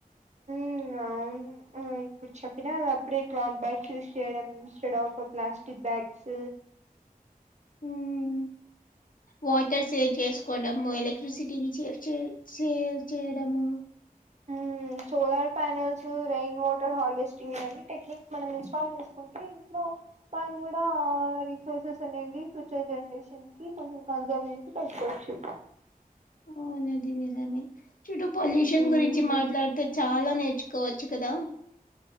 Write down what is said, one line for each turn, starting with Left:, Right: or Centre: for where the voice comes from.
Right: ఉ అవును ఇప్పుడు చెప్పినా అది అప్పుడే క్లాత్ బ్యాగ్స్ యూస్ చేయడం instead of plastic bags
Left: um water save చేసుకోవడము ఎలక్ట్రిసిటీ సేవ్ చేయడము
Right: హ్ solar panels rain water harvesting ఇవన్నీ టెక్నిక్స్ మనం ఇన్స్టాల్ చేసుకుంటే ఇంట్లో మనం కూడా ఆ రిసోర్సెస్ అనేది ఫ్యూచర్ జనరేషన్ కి కొంచెం కన్సర్వ్ చేసి పె కోవచ్చు
Left: అవునది నిజమే చుడు పొల్యూషన్
Right: ఉమ్
Left: గురించి మాట్లాడితే చాలా నేర్చుకోవచ్చు కాదా